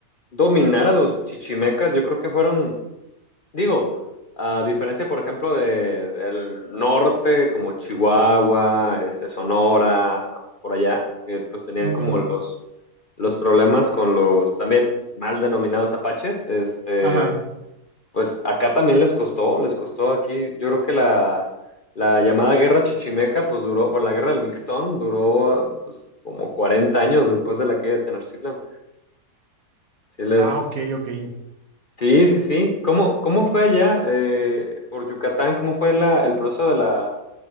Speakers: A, on the left; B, on the right.
A: dominar a los chichimecas. Yo creo que fueron Digo, a diferencia, por ejemplo, de, del norte, como Chihuahua, este, Sonora, por allá, que pues tenían
B: Ujú.
A: como los, los problemas con los también mal denominados apaches, este,
B: Ajá.
A: pues acá también les costó, les costó aquí, yo creo que la, la llamada guerra chichimeca, pues duró, bueno, la guerra del Mixtón duró pues, como 40 años después de la caída de Tenochtitlan. Sí les,
B: Ah, ok, ok.
A: Sí, sí, sí. ¿Cómo, cómo fue allá eh, por Yucatán? ¿Cómo fue la, el proceso de la,